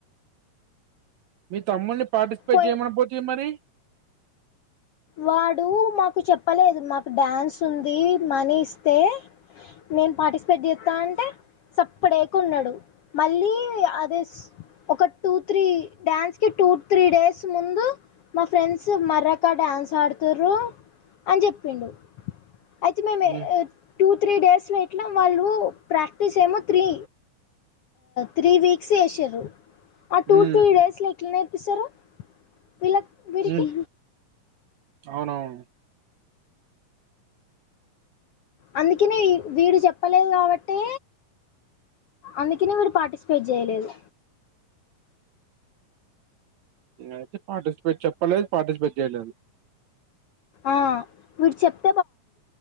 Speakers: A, on the right; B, on the left.
A: మీ తమ్ముల్ని పార్టిసిపేట్
B: పోయి
A: చేయమని పోతే మరి
B: వాడు మాకు చెప్పలేదు మాకు డడాన్స్ ఉంది మనీ ఇస్తే నేను పార్టిసిపేట్ చేస్తా అంటే సప్పడే కొ ఉన్నాడు మళ్ళీ అద ఒక టూ త్రీ డ్యాన్స్ కి టూ త్రీ డేస్ ముందు మా ఫ్రెండ్స్ మర్రక డ్యాన్స్ ఆడుతారు అని చెప్పిండు అయితే మేము
A: ఉమ్,
B: టూ త్రీ డేస్లో ఇట్లా వాళ్ళు ప్రాక్టీస్ ఏమో త్రీ త్రీ వీక్స్ వసారు ఆ టూ
A: ఉమ్,
B: త్రీ డేస్ లో ఎట్లా నేర్పిస్తారు వీళ్ళ వీరికి
A: ఉమ్, అవునవును
B: అందుకని వీడు చెప్పలేదు కాబట్టి అందుకని ఇరు పార్సిపేట్ చేయలేదు
A: యితే పార్టిసిపేట్ చెప్పలేదు పార్టిసిపేట్ చేయలేదు
B: ఆ మీరు చెప్